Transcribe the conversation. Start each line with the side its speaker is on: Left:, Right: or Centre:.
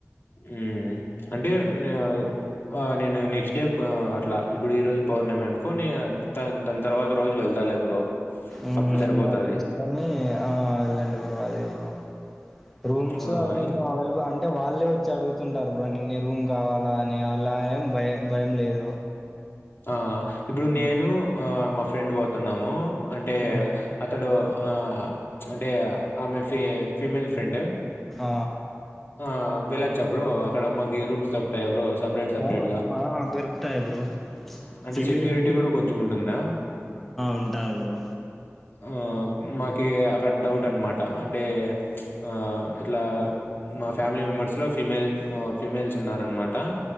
Left: ఉమ్ అంటే నే ఆ నేను నెక్స్ట్ డే అట్లా ఇప్పుడు ఈ రోజు పౌర్ణమి అనుకో, నే దని దాని తర్వాత రోజు వెళ్త తాలె బ్రో
Centre: ఉమ్
Left: అప్పుడు సరిపోతాది.
Centre: చూసుకొని ఆ వెళ్ళండి బ్రో అదే బ్రో. రూమ్స్
Left: ఆ!
Centre: అవేమో
Left: ఇం
Centre: అవైలబుల్ అంటే వాళ్ళే వ అడుగుతుంటారు నిన్నే రూమ్ కావాలా అని అలా ఏం భయం భయం లేదు
Left: ఆ ఇప్పుడు
Centre: హ్మ్.
Left: నేను ఆ మా ఫ్రెండ్ పోతున్నాము అంటే
Centre: హ్మ్.
Left: అతడు ఆ అంటే ఆమె ఫీ ఫీమేల్ ఫ్రెండ్
Centre: ఆ
Left: ఆ వెళ్ళచ్చా బ్రో అక్కడ మాకి రూమ్స్ దొరుకుతాయా బ్రో సెపరేట్ సెపరేట్‌గా?
Centre: ఆ ఆ దొరుకుతాయి బ్రో
Left: అంటే
Centre: ఫిమేల్
Left: సెక్యూరిటీ
Centre: కి
Left: గూడా కొంచెం ఉంటుందా?
Centre: ఉంటాంది బ్రో
Left: ఆ మాకి అక్కడ డౌట్ అన్నమాట అంటే ఆ ఇట్లా మా ఫ్యామిలీ మెంబర్స్ లో ఫిమేల్ ఫిమేల్స్ ఉన్నారన్నమాట